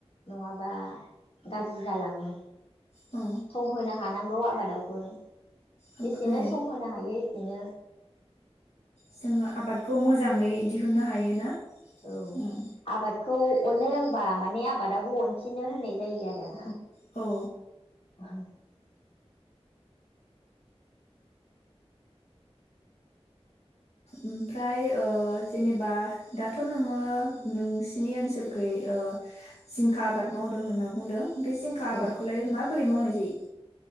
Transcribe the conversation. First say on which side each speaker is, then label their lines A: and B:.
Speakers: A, on the left (about 65°); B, on the left (about 85°).
A: नङाबा गाज्रि जालाङो
B: औ
A: सम होनो हानांगौ आबादावबो
B: आबा-
A: बेेसेनो
B: औ
A: सम होनो हायो दिनो
B: जोङो आबादखौ मोजाङै दिहुननो हायो ना
A: औ
B: उम
A: आबाद खौ अननो रोंबा माने आबादाबो अनफिनो होननाय जायो आरो
B: औ
A: <unintelligible>
B: ओमफ्राय जेनेबा दाथ' नोङो नोंसिनि ओनसोलखै ओ जिंखा आबाद मावदों होनना बुंदों बे जिंखा
A: औ
B: आबादखौलाय मा- बोरै मावनाय जायो